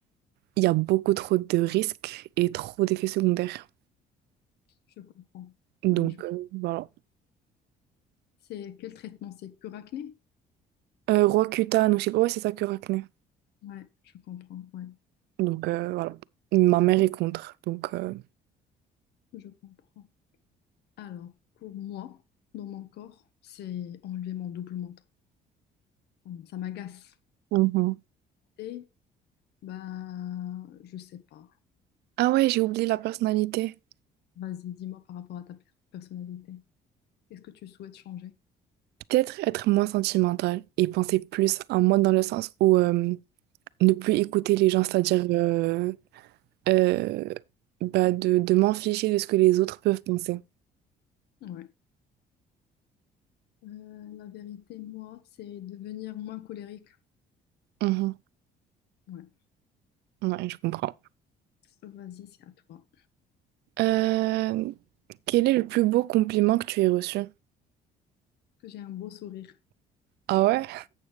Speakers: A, on the right; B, on the left.
A: il y a beaucoup trop de risques et trop d'effets secondaires.
B: Je comprends.
A: Donc
B: Ouais, je comprends.
A: euh, voilà.
B: C'est quel traitement? C'est cure acné?
A: Euh, Roaccutane, ou je sais pas, ouais, c'est ça que acné.
B: Ouais, je comprends. Ouais,
A: Donc euh, voilà. Ma mère est contre. Donc euh,
B: je comprends. Alors, pour moi, dans mon corps, c'est enlever mon double menton. Ça, m- ça m'agace.
A: Mhm.
B: Et bah, je sais pas.
A: ah ouais, j'ai oublié la personnalité.
B: Vas-y, dis-moi par rapport à ta per- personnalité. Qu'est-ce que tu souhaites changer?
A: Peut-être être moins sentimental et penser plus à moi dans le sens où euh, ne plus écouter les gens, c'est-à-dire euh, euh, bah de, de m'en ficher de ce que les autres peuvent penser.
B: Ouais. Euh, la vérité, moi, c'est devenir moins colérique.
A: Mhm.
B: Ouais.
A: Ouais, je comprends.
B: Vas-y, c'est à toi.
A: Euh, quel est le plus beau compliment que tu aies reçu?
B: Que j'ai un beau sourire.
A: Ah ouais?